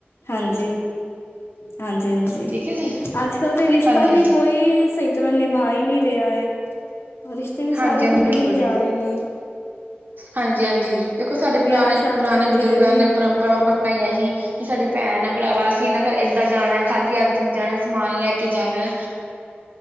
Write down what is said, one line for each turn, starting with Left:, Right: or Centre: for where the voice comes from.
Left: ਹਾਂਜੀ ਹਾਂਜੀ-ਹਾਂਜੀ
Right: ਠੀਕ
Left: ਅੱਜ
Right: ਹੈ ਜੀ
Left: ਕੱਲ- ਅੱਜ ਗੱਲ ਤੇ ਰਿਸ਼ਤਾ
Right: ਹਾਂਜੀ
Left: ਵੀ ਕੋਈ ਸਹੀ ਤਰ੍ਹਾਂ ਨਿਭਾ ਹੀ ਨੀ ਰਿਹਾ ਏ ਰਿਸ਼ਤੇ ਵੀ
Right: ਹਾਂਜੀ
Left: ਸਾਰੇ
Right: ਹਾਂਜੀ
Left: ਟੁੱਟਦੇ
Right: ਬਿਲਕੁਲ
Left: ਹੀ ਜਾ
Right: ਜੀ
Left: ਰਹੇ ਨੇ
Right: ਹਾਂਜੀ-ਹਾਂਜੀ
Left: ਹਾਂਜੀ।
Right: ਦੇਖੋ ਸਾਡੇ
Left: ਵਿਆਹ
Right: ਪੁਰਾਨੇ-ਪੁਰਾਨੇ
Left: ਸ਼ਾਦੀਆਂ ਤੇ
Right: ਬਜ਼ੁਰਗਾਂ
Left: ਵੀ
Right: ਨੇ ਪਰੰਪਰਾਵਾਂ ਬਣਾਈਆਂ ਹੀ ਕਿ ਸਾਡੀ ਭੈਣ ਆ ਭਰਾ ਵਾ, ਅਸੀ ਇਹਨਾਂ ਘਰ ਏਦਾਂ ਜਾਣੇ ਖਾਲੀ ਹੱਥ ਨੀ ਜਾਣਾ ਸਮਾਨ ਲੈ ਕੇ ਜਾਨੇ